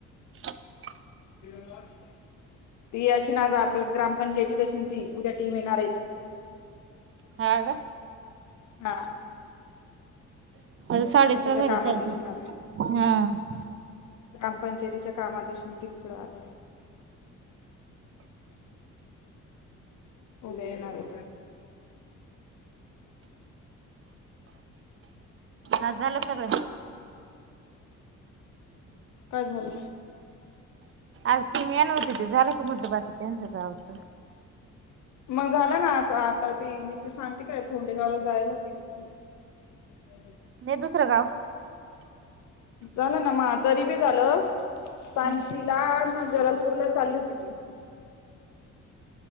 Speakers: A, on the right; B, on the left.
A: <inaudible>
B: <unintelligible> ती अशी ना आज ग्रामपंचायतीत अशी ती उद्या टीम येणार आहेत.
A: हाग.
B: हा.
A: आता साडेसहा
B: क तिच्या
A: झाले
B: कामातशी
A: साडेसहा
B: नच.
A: हा
B: ग्रामपंचायतीच्या कामात शी तिकड आज. उद्या येणारे.
A: हा झालं सगळं.
B: काय झालं.
A: आज तुम मही आणव तिथे झालं का म्हटलं बाकी त्यांच गावच.
B: मग झाला ना आज आता ते मी ते सांगते काय ोंडेगावला जायला होती मी. <unintelligible>
A: नाही दुसरं गाव.
B: झालं ना मादरी बी झालं सांण
A: हा
B: शील. जललपूरला चालली होती ती